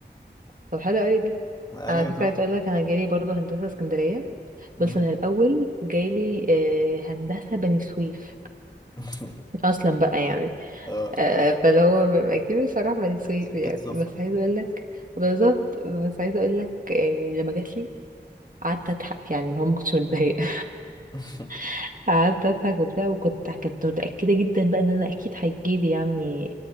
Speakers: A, on the right; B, on the left.
A: طب حلو قوي ده
B: ايوه
A: على فكرة
B: تحفة
A: عايز اقول لك انا جالي برضو هندسة اسكندرية
B: أمم.
A: بس انا الاول جالي آه، هندسة بني سويف
B: <laughs>
A: اصلا بقى يعني
B: اه
A: آه، فاللي هو بيبقى اكيد بصراحة بني سويف
B: سكة
A: يعني
B: سفر
A: بس عايز
B: دي
A: اقول لك بالظبط بس عايز اقول لك يعني لما جات لي قعدت اضحك يعني اللي هو ما كنتش متضايقة
B: <laughs>
A: <laughs> قعدت اضحك وبتاع وكنت كنت متأكدة جدا بقى ان انا اكيد هيجيلي يعني